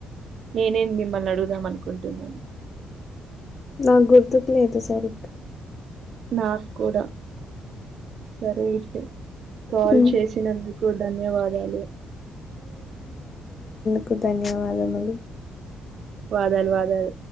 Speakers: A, on the right; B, on the left.
A: నేనే మిమ్మల్ని అడుగుదాం అనుకుంటున్నాను.
B: నాక్ గుర్తుకులేదు సరిగ్గ
A: నాకు కూడ. సరే అయితే. కాల్
B: మ్.
A: చేసినందుకు ద ధన్యవాదాలు.
B: కు ధన్యవాదములు.
A: వాదాలు. వాదాలు.